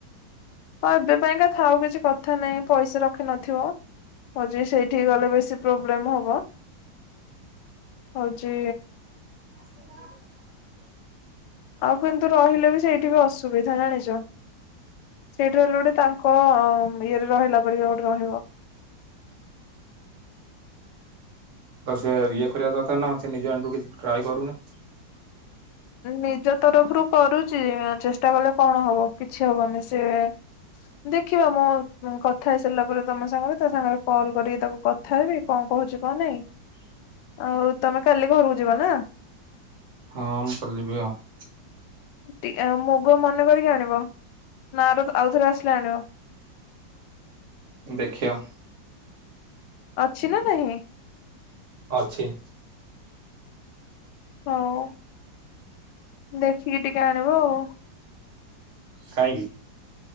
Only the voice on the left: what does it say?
ହଁ ଏବେ ପାଇଁକା ଥାଉ ଆଉ କିଛି କଥା ନାହିଁ ପଇସା ରଖିିନଥିବ। ହଉଛି ସେଇଠିକ ଗଲେ ବେଶି ପ୍ରୋବ୍ଲେମ ହବ। ହଉଛି।
ଆଉ କିନ୍ତୁ ରହିଲେ ବି ସେଇଠି ବି ଅସୁ ସୁବିଧା ଜାଣିଛ ସେଇଠା ହେଲେ ଗୋଟେ ତାଙ୍କ ଇଏରେ ରହିଲା ପରିକା ଗୋଟେ ରହିବ।
ନିଜ ତରଫରୁ କରୁଛି ଚେଷ୍ଟା କଲେ କଣ ହବ କିଛି ହବନି ସେ ଦେଖିବା ମୁଁ କଥା ହେଇସାରିଲା ପରେ ତମ ସାଙ୍ଗରେ ତା ସାଙ୍ଗରେ କଲ୍ କରିକି ତାକୁ କଥା ହେବି କଣ କହୁଛି କଣ ନାଇଁ?
ଆଉ ତମେ କାଲି ଘରକୁ ଯିବ ନା?
ଟିକେ ମୁଗ ମନେ କରିକି ଆଣିବ ନା ର ଆଉଥରେ ଆସିଲେ ଆଣିବ?
ଅଛି ନା ନାହିଁ?
ହଉ ଦେଖିକି ଟିକେ ଆଣିବ ଆଉ।